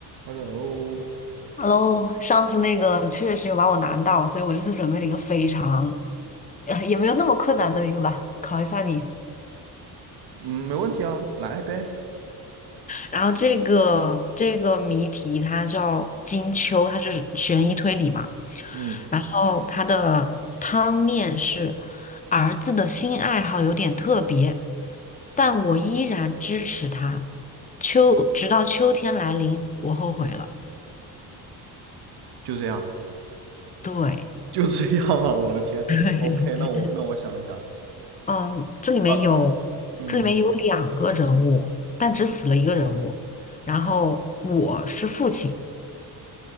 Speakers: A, on the right (about 70°); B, on the left (about 20°).
A: Hello，
B: Hello，上次那个确实有把我难到，所以我这次准备了一个非常，呃也没有那么困难的一个吧，考一下你。
A: 嗯，没问题啊，来呗。
B: 然后这个这个谜题它叫金秋，它是悬疑推理嘛。
A: 嗯，
B: 然后它的汤面是儿子的新爱好有点特别，但我依然支持他。秋，直到秋天来临，我后悔了。
A: 就这样，
B: 对。
A: 就这样啊！我的天，OK，
B: <laughs>
A: 那我那我想一想，
B: 嗯，这里面有这里面有两个人物，
A: 儿，嗯，
B: 但只死了一个人物。然后我是父亲，